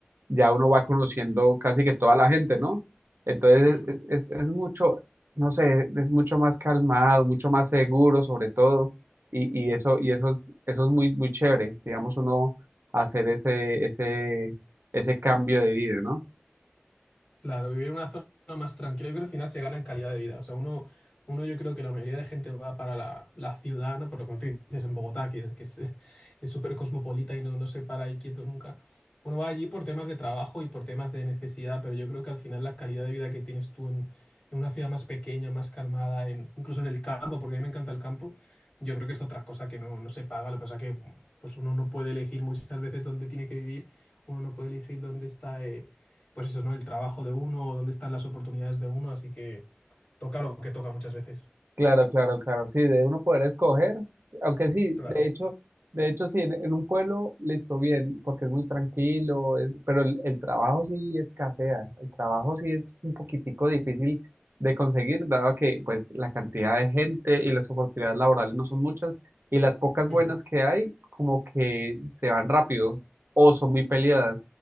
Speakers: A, on the right (about 65°); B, on the left (about 25°).
A: ya uno va conociendo casi que toda la gente, ¿no? Entonces
B: mm.
A: es, es, es mucho, no sé, es mucho más calmado, mucho más seguro sobre todo, y, y eso, y eso, eso es muy, muy chévere, digamos, uno hacer ese, ese, ese cambio de vida, ¿no?
B: Claro, vivir en una zona más tranquila, yo creo que al final se gana en calidad de vida. O sea, uno, uno yo creo que la mayoría de gente va para la, la ciudad, ¿no? Por lo que tú dices en Bogotá, que, que es <laughs> es súper cosmopolita y no, no se para ahí quieto nunca. Uno va allí por temas de trabajo y por temas de necesidad, pero yo creo que al final la calidad de vida que tienes tú en, en una ciudad más pequeña, más calmada, en, incluso en el campo, porque a mí me encanta el campo, yo creo que es otra cosa que no, no se paga. Lo que pasa que pues uno no puede elegir muchas veces dónde tiene que vivir, uno no puede elegir dónde está. eh, pues eso, ¿no? El trabajo de uno o dónde están las oportunidades de uno, así que toca lo que toca muchas veces.
A: Claro, claro, claro, sí, de uno poder escoger, aunque sí,
B: Claro,
A: de hecho, de hecho sí, en, en un pueblo listo bien, porque es muy tranquilo, es- pero el, el trabajo sí escasea, el trabajo sí es un poquitico difícil de conseguir, dado que pues la cantidad de gente y las oportunidades laborales no son muchas, y las pocas buenas
B: Mm,
A: que hay como que se van rápido o son muy peleadas.